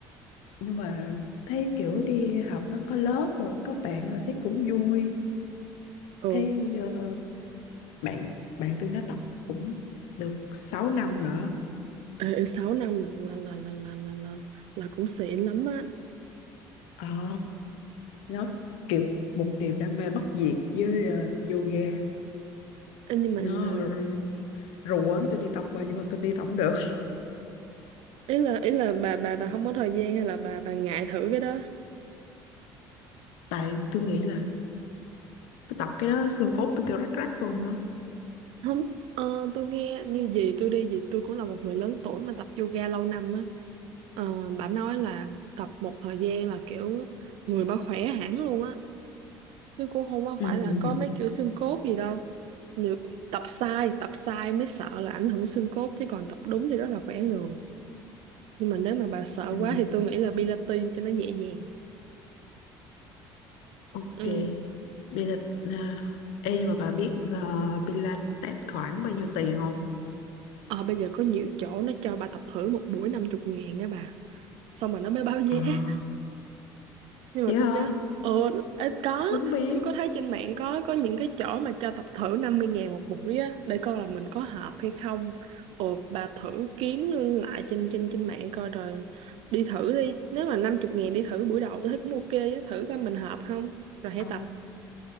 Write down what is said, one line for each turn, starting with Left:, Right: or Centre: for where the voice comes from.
Left: nhưng mà thấy kiểu đi học nó có lớp rồi có bạn rồi thấy cũng vui
Right: ừ
Left: thấy ờ, bạn bạn tôi nó tập cũng được 6 năm nữa
Right: ê, sáu năm là là là là là là, là, là cũng xịn lắm á
Left: ờ, nó kiểu một niềm đam mê bất diệt với ờ, yoga
Right: Ê, nhưng mà
Left: nó
Right: à,
Left: rủ quấn tôi đi tập mà nhưng mà tôi đi tập không được
Right: ý là ý là bà bà bà không có thời gian hay là bà bà ngại thử cái đó
Left: tại tôi nghĩ là tôi tập cái đó xương cốt tôi kêu rắc rắc luôn á
Right: không ờ, tôi nghe như gì tôi đi gì tôi cũng là một người lớn tuổi mà tập yoga lâu năm á ờ, bà nói là tập một thời gian là kiểu người bà khỏe hẳn luôn á chứ cũng không có
Left: ừ,
Right: phải là có mấy kiểu xương cốt gì đâu như tập sai tập sai mới sợ là ảnh hưởng xương cốt chứ còn tập đúng thì rất là khỏe người nhưng mà nếu mà bà sợ
Left: ừ,
Right: quá thì tôi nghĩ là Pilates cho nó nhẹ nhàng
Left: ok
Right: ừ
Left: Pilates à, ê nhưng mà bà biết uh, Pilates khoảng bao nhiêu tiền không
Right: Ờ, bây giờ có nhiều chỗ nó cho bà tập thử một buổi 50 ngàn á bà Xong rồi nó mới báo giá
Left: à
Right: <laughs> Nhưng
Left: dạ
Right: mà tôi
Left: hả
Right: nhớ Ờ, ê, có
Left: không biết
Right: Tôi có thấy trên mạng có có những cái chỗ mà cho tập thử 50 ngàn một buổi á Để coi là mình có hợp hay không Ồ, bà thử kiếm lại trên trên trên mạng coi rồi Đi thử đi Nếu mà 50 ngàn đi thử buổi đầu tôi thấy cũng ok á Thử coi mình hợp không Rồi hãy
Left: ờ
Right: tập